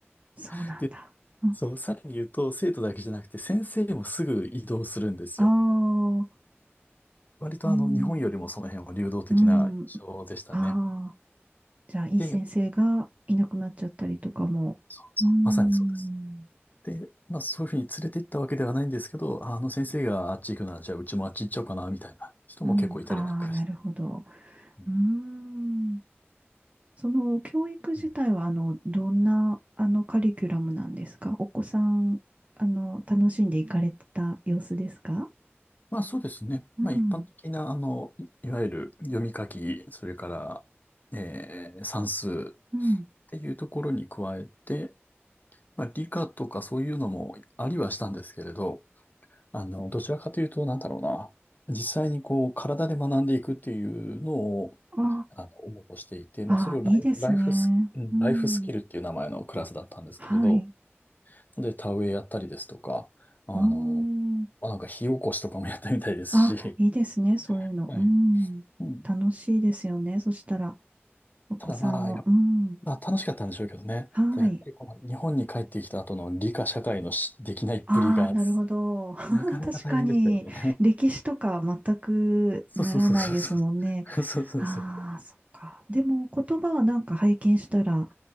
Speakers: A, on the right; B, on the left.
A: そうなんだ。
B: <laughs> で、
A: うん、
B: そう、さらに言うと、生徒だけじゃなくて、先生もすぐ移動するんですよ。
A: ああ、
B: 割とあの、
A: うん、
B: 日本よりもその辺は流動的な印象でしたね。
A: うん、ああ、じゃあ、いい先生がいなくなっちゃったりとかも。
B: で、そうそう、
A: うーん
B: まさにそうです。で、まあそういうふうに連れて行ったわけではないんですけど、ああの先生があっち行くなら、じゃあうちもあっち行っちゃおうかな、みたいな人も結構いたりなんかして。
A: うん、ああ、なるほど。
B: う
A: うーん。その教育自体は、
B: ん
A: あの、どんな、あの、カリキュラムなんですかお子さん、あの、楽しんでいかれてた様子ですか
B: まあそうですね。
A: うん、
B: まあ一般的な、あの、いいわゆる読み書き、それから、えー算数っていうところに加えて、
A: うん。
B: まあ理科とかそういうのもありはしたんですけれど、あの、どちらかというと、なんだろうな。実際にこう、体で学んでいくっていうのを、
A: あ
B: あの、応募していて、
A: あ、
B: まあ、それをライ、
A: ああ、いいですね。
B: ライフス、うんライフスキルっていう名前のクラスだったんですけれど、
A: うん。はい。
B: で、田植えやったりですとか、あの、
A: おー。
B: まあ、なんか火起こしとかもやったみたいですし、
A: あ、いいですね、そういうの。
B: はい。
A: うん。
B: うん
A: 楽しいですよね。そしたら、お子さんも。
B: ただまあ、やっ
A: うん。
B: まあ、楽しかったんでしょうけどね。
A: はい。
B: ただやっぱりこの日本に帰ってきた後の理科社会のしできないっぷりが、
A: ああ、なるほど。
B: なかなか大変でしたよね。
A: <laughs> 確かに、歴史とか全くならないですもんね。
B: <laughs> そうそうそうそうそう。<laughs> そうそうそう。
A: ああ、そっか。でも、言葉はなんか拝見したら、